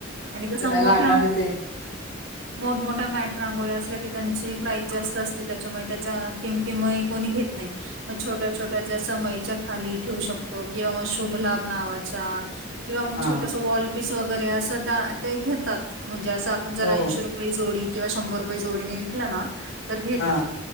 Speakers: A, on the right; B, on the left.
A: आणि कसं मोठं
B: लागणार ते
A: मोठम मोठ्या मॅट रांगोळ्या असल्य की त्यांची प्राईज जास्त असते त्याच्यामुळे त्याच्या किमतीमुळे कोणी घेत नाही मग छोट्या छोट्या जे समईच्या खाली ठेवू शकतो किंवा मग शुभ लाभ नावाच्या किंवा मग
B: हा
A: छो वॉल पीस वगैरे अस ता ते घेतात म्हणजे असं आपण जर
B: हो
A: ऐंशी रुपये जोडी किंवा शंभर रुपये जोडीने विकला ना तर घेत.
B: हा.